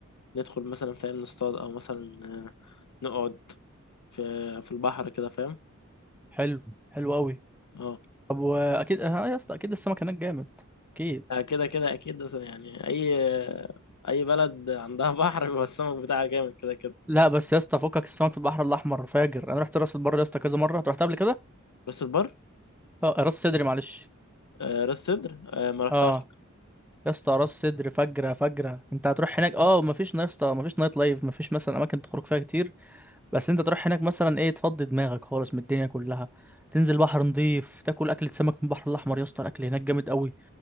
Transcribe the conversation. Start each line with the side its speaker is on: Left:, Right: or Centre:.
Left: ندخل مثلا فاهم نصطاد او مثلا آه، نقعد في في البحر كده فاهم
Centre: حلو حلو قوي
Left: اه
Centre: طب واكيد اه يا اسطى اكيد السمك هناك جامد اكيد
Left: آه، كده كده اكيد بس يعني اي اي بلد عندها <laughs> بحر بيبقى السمك بتاعها جامد كده كده
Centre: لا بس يا اسطى فكك السمك في البحر الاحمر فاجر انا رحت راس البر يا اسطى كذا مره أنت رحت قبل كده
Left: راس البر
Centre: اه راس صدري معلش
Left: آه، راس سدر آه، ما رحتهاش
Centre: اه يا اسطى راس صدري فجره فجره انت هتروح هناك اه مفيش نا- يا اسطى مفيش نايت لايف مفيش مثلا اماكن تخرج فيها كتير بس انت تروح هناك مثلا ايه تفضي دماغك خالص من الدنيا كلها تنزل بحر نضيف تاكل اكلة سمك من البحر الاحمر يا اسطى الاكل هناك جامد قوي